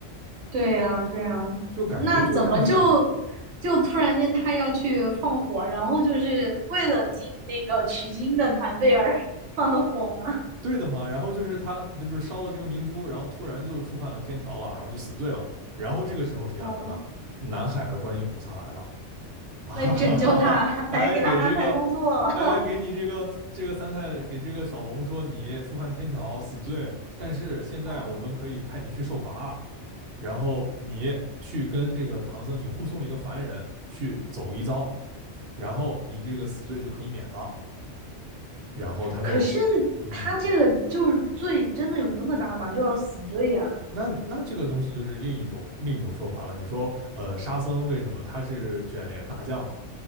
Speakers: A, on the right; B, on the right.
A: 对呀，对呀，
B: 就感觉就像是
A: 那怎么就就突然间他要去放火，然后就是为了进那个取经的团队而放的火吗？
B: 对的嘛。然后就是他这不是烧了这个明珠，然后突然就触犯了天条了，然后就死罪了。然后这个时候谁来了呢？
A: 嗯，
B: 南海的观音菩萨来了 <laughs> 啊，
A: 来拯救他，
B: 哈哈哈，
A: 来给他安排工作。
B: 来给这个，
A: <laughs>
B: 哎，给你这个这个三太给这个小龙说你触犯天条死罪，但是现在我们可以派你去受罚，
A: 嗯。
B: 然后你去跟这个唐僧，你护送一个凡人去走一遭，然后你这个死罪就可以免了。然后他就，
A: 可是
B: 嗯，
A: 他这个就是罪真的有那么大吗？就要死罪呀、
B: 那那这个东西就是另一种另一种说法了。你说，呃，沙僧为什么他是卷帘大将嘛？